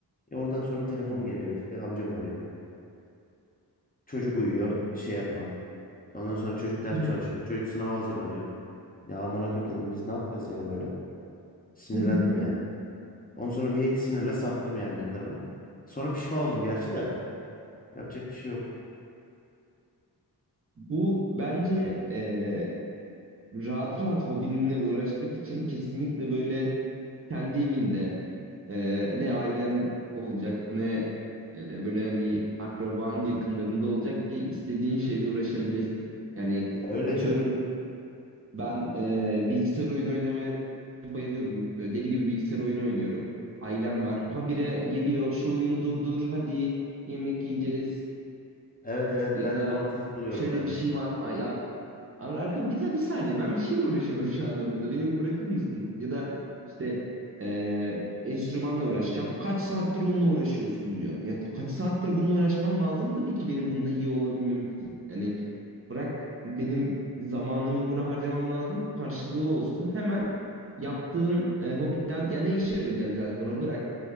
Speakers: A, on the left; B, on the right.
A: E, oradan sonra telefon
B: hı
A: geliyor işte amcam arıyor. Çocuk uyuyor şey yapma. Ondan sonra çocuk ders
B: hı.
A: çalışıyor. Çocuk sınava hazırlanıyor. Ya aman hakim dedim biz ne yapacağız ya böyle. Sinirlendim
B: <laughs>
A: yani. Ondan sonra bir sinirle sattım yani gitarımı. Sonra pişman oldum gerçi de. Yapacak bir şey yok.
B: Bu bence eee, rahat rahat hobinle uğraşmak için kesinlikle böyle kendi evinde e, ne ailen olacak ne e, böyle hani akraban yakınlarında olacak ki istediğin şeyle uğraşabilesin. Yani
A: Ya öyle
B: atıyorum
A: canım.
B: ben e, bilgisayar oyunu oynamaya bayılıyordum. Böyle Deli gibi bilgisayar oyunu oynuyorum. Ailem var.
A: Hı hı.
B: Habire geliyor şu oyunu durdur hadi yemek yiyeceğiz
A: Evet evet
B: ya
A: ben
B: da
A: ona tilt oluyorum
B: şöyle
A: ya.
B: bir şey var. Ay, ya Abi arka bir, bir saniye ben bir şeyle uğraşıyorum şu anda burada. Beni bir bırakır mısın? Ya da işte eee, enstrümanla uğraşacağım. Kaç saattir onunla uğraşıyorsun diyor. Ya ta- kaç saattir bununla uğraşmam lazım tabii ki benim bunda iyi olabilmem için. Yani bırak benim zamanımı buna harcamam lazım ki karşılığı olsun. Hemen yaptığım e, hobiden ya ne işe yarayacak zaten o bırak.